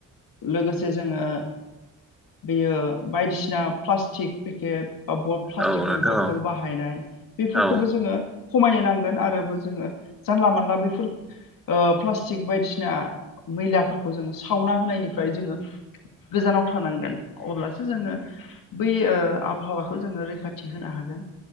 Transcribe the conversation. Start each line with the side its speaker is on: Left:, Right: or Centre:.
Left: लोगोसे जोङो बेयो बायदिसिना प्लास्टिक पेकेट बा ब प्लास्टिकनि
Centre: औ नोंथां
Left: बथ'ल
Centre: औ
Left: बाहायनाय बेफोरखौबो
Centre: औ
Left: जोङो खमायनो नांगोन आरो बो जोङो जानला मानला बैफोर ओ प्लास्टिक बायदिसिना मैलाफोरखौ जोङो सावना होनायनिफ्राय जोङो गोजानाव थानांगोन अब्लासो जोङो बै ओ आबहावाखौ जोङो रैखाथि होनो हागोन।